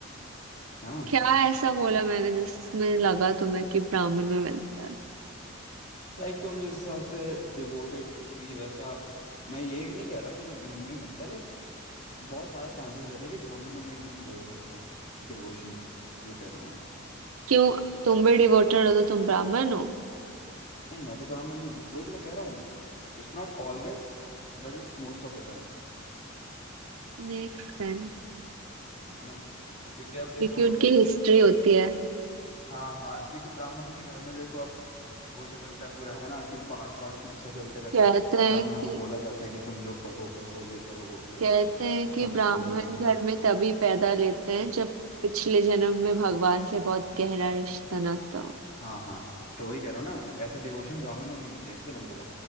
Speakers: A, on the left; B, on the right.
A: हाँ
B: क्या ऐसा बोला मैंने जिसमें लगा तुम्हें कि ब्राह्मण में मिलता है
A: लाइक तुम जिस हिसाब से डिवोटेड थी वैसा मैं ये नहीं कह रहा कि तुम- उनमें ही मिलता है बहुत ज्यादा चांसेस रहता है कि ब्राह्मणों में ही हो ऐसा डिवोशन ये कह रहा हूँ मैं
B: क्यों तुम भी डिवोटेड हो तो तुम ब्राह्मण हो
A: नहीं मैं तो ब्राह्मण नहीं हूँ वही तो मैं कह रहा हूँ It's not always but it's most of the time
B: Make sense
A: है ना क्योंकि अब देखो
B: क्योंकि उनकी
A: लाइक
B: हिस्ट्री होती है
A: हाँ हाँ क्योंकि ब्राह्मणों के घर में देखो अब वो चलता है पूरा है ना कि पाठ वाठ हमेशा चलते रहता
B: कहते
A: है
B: हैं
A: ब्राह्मणों
B: कि
A: को बोला जाता है कि तुम लोग पढ़ो पढ़ो ये करो वो करो
B: कहते हैं कि
A: सब
B: ब्राह्मण
A: समझाया जाता
B: घर
A: है
B: में तभी पैदा लेते हैं जब पिछले जन्म में भगवान से बहुत गहरा रिश्ता नाता हो
A: हाँ हाँ तो वही कह रहा हूँ ना ऐसा डिवोशन ब्राह्मणों में ही मिलता है इसलिए मैंने बोला